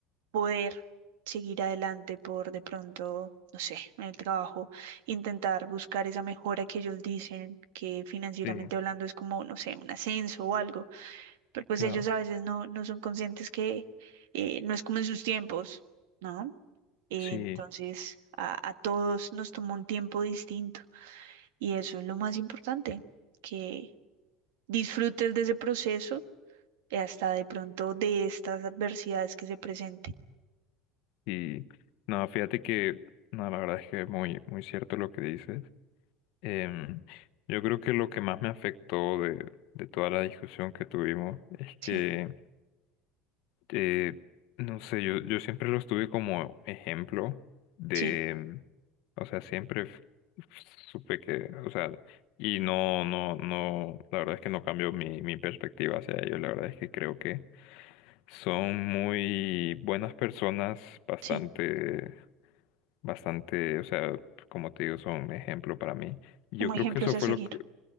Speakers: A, on the right (about 85°); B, on the left (about 65°).
A: poder seguir adelante por de pronto, no sé, en el trabajo, intentar buscar esa mejora que ellos dicen, que financieramente
B: Sí,
A: hablando es como, no sé, un ascenso o algo pero pues
B: claro.
A: ellos a veces no, no son conscientes que eh, no es como en sus tiempos, ¿no? Entonces,
B: Sí,
A: a, a todos nos tomó un tiempo distinto y eso es lo más importante, que disfrutes de ese proceso y hasta de pronto de estas adversidades que se presenten.
B: y no, fíjate que, no, la verdad es que es muy, muy cierto lo que dices. Em, yo creo que lo que más me afectó de, de toda la discusión que tuvimos es que,
A: Sí,
B: eh, no sé, yo, yo siempre los tuve como ejemplo de,
A: sí,
B: em, o sea, siempre f- supe que, o sea, y no, no, no, la verdad es que no cambió mi, mi perspectiva hacia ellos, la verdad es que creo que son muy buenas personas, bastante,
A: sí,
B: bastante, o sea, como te digo, son ejemplo para mí. Yo
A: como
B: creo
A: ejemplos
B: que eso
A: a
B: fue
A: seguir.
B: lo,